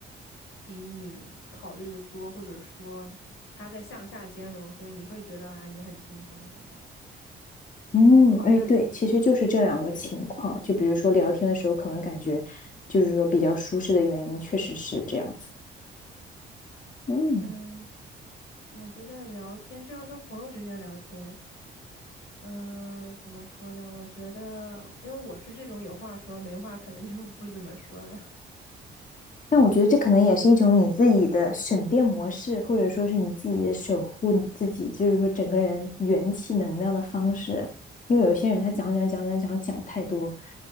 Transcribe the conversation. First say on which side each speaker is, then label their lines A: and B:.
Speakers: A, on the left; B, on the left.
A: 比你考虑的多，或者说他在向下兼容，所以你会觉得啊，你很轻松，好像
B: 嗯，
A: 哦我好像一一对，
B: 哎，对，其实就是这两个情况，就比如说聊天的时候可能感觉就是说比较舒适的原因，确实是这样子的嗯，
A: 嗯，我觉得聊天就像跟朋友之间聊天，嗯，怎么说呢？我觉得，因为我是这种有话说没话可能就不怎么说的。<laughs>
B: 但我觉得这可能也是一种你自己的省电模式，或者说是你自己的守护你自己，就是说整个人元气能量的方式。因为有些人他讲讲讲讲讲讲太多，